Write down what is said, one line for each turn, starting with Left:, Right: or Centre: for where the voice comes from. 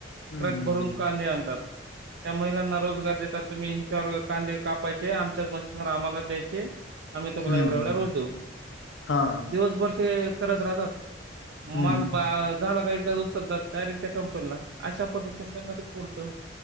Left: हम्म
Right: ट्रक
Left: हम्म
Right: भरून. कांदे आणतात. त्या महिलांना रोजगार देतात. तुम्ही हिच्यावर कांदे कापायचे आमच्याच मशीनवर आम्हाला द्यायचे. आम्ही तुम्हाला
Left: हम्म
Right: एवढ्या एवढा रोज देऊ
Left: हाँ
Right: दिवसभर ते करत राहतात. माल
Left: हम्म हम्म
Right: झाला का एकदा उचलतात डायरेक्ट त्याचा अशा पद्धतीने त्यांना ते पुरतं.